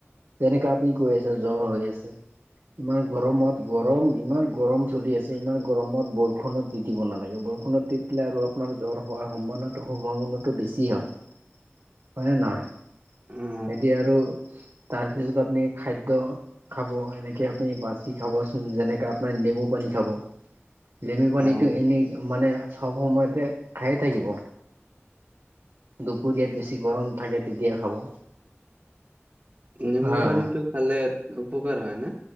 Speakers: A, on the right; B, on the right.
A: তেনেকা আপুনি কৈ আছে জ্বৰ হৈ আছে। ইমান গৰমত গৰম ইমান গৰম চলি আছে। ইমান গৰমত বৰষুণত তি তিব নালাগে। বৰষুণত তিতিলে আৰু আপোনাৰ জ্বৰ হোৱাৰ সম্ভানতা সম্ভাৱনাটো বেছি হয়। হয় নে নহয়?
B: অ
A: এতিয়া আৰু তাৰপিছত আপুনি খাদ্য খাব। এনেকে আপুনি বাচি খাবচোন। যেনেকাে আপোনাৰ নেমু পানী খাব। নেমু পানীটো
B: অ
A: এনে মানে চব সময়তে খায়ে থাকিব। দুপৰীয়াত বেছি গৰম থাকে, তেতিয়াাই খাব।
B: নেমু
A: হয়
B: পানীটো খালে উপকাৰ হয় না?